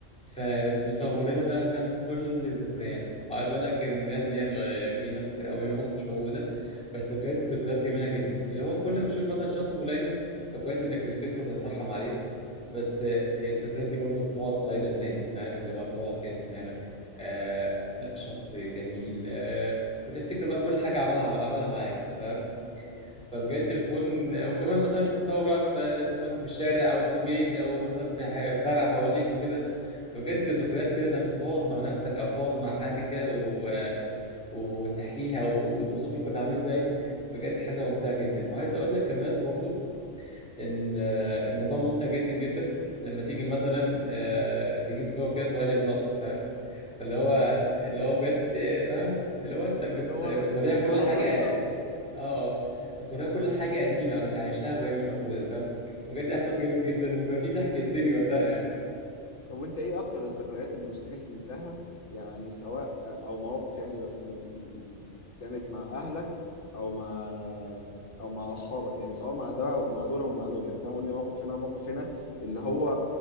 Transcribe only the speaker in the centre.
فمصور
لنا بقى فاهم كل الذكريات وعايز اقول لك الناس دي يعني في ناس كتير قوي منهم مش موجوده بس بجد
ذكريات جميله جدا اللي هو كل ما تشوف مثلا شخص فلاني فكويس انك بتفتكره وتترحم عليه بس الذكريات دي برضو بتقعد خالده في ذهنك فاهم اللي هو بتقعد كده في
دماغك آه لا شخص جميل آه وتفتكر بقى كل حاجه عملها عملها معاك انت فاهم
فبجد
بتكون وكمان مثلا بتتصور بقى في اذا كنت في الشارع او في البيت او مثلا في ح- في زرع حواليك وكده بجد ذكريات كده لما تقعد مع نفسك او تقعد مع حد كده و... وتحكيها وتوصف لك كنا عامل ازاي بجد حاجه
ممتعه جدا وعايز اقول لك كمان برضو ان آه، الموضوع ممتع جدا جدا لما تيجي مثلا آه، تجيب صور كده توريها لمراتك فاهم فاللي هو
اللي هو بجد آه، فاهم اللي هو انت بت...
بتوريها
كل
حاجه
اه اه بتوريها كل حاجه قديمه او انت عشتها وهي مش موجوده فاهم بجد
احساس جميل جدا وبيبقى فيه ضحك هستيري وقتها يعني